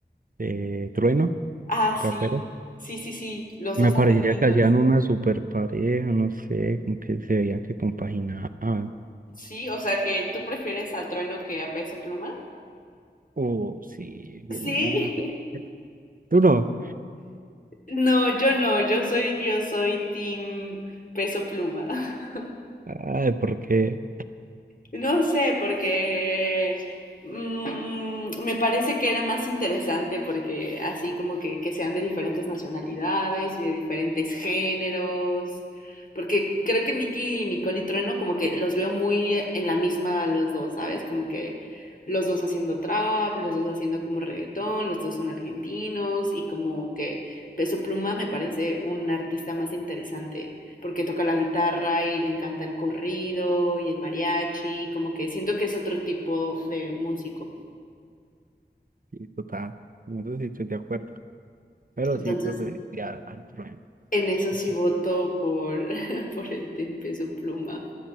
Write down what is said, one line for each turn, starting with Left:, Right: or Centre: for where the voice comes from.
Right: de Trueno,
Left: Ah,
Right: rapero.
Left: sí. Sí, sí, sí. Los
Right: Me
Left: dos
Right: parecía
Left: argentinos.
Right: que hacían una super pareja, no sé, como que se veía que compaginaban.
Left: Sí, o sea que tú prefieres a Trueno que a Peso Pluma.
Right: Oh, sí, 10
Left: Sí.
Right: mil millones de
Left: <laughs>
Right: pesos. ¿Tú no?
Left: No, yo no. Yo soy, yo soy Team Peso Pluma. <laughs>
Right: Ay, ¿por qué?
Left: No sé, porque mm, me parece que era más interesante porque así como que, que sean de diferentes nacionalidades y de diferentes géneros, porque creo que Nicky Nicole y Trueno como que los veo muy en la misma los dos, ¿sabes? Como que los dos haciendo trap, los dos haciendo como reggaetón, los dos son argentinos y como que Peso Pluma me parece un artista más interesante porque toca la guitarra y le encanta el corrido y el mariachi, como que siento que es otro tipo de músico.
Right: Sí, total. No sé si estoy de acuerdo. Pero
Left: Entonces,
Right: sí, preferiría al, al trueno.
Left: en eso
Right: No
Left: sí
Right: sé.
Left: voto por, <laughs> por el Tempeso Pluma.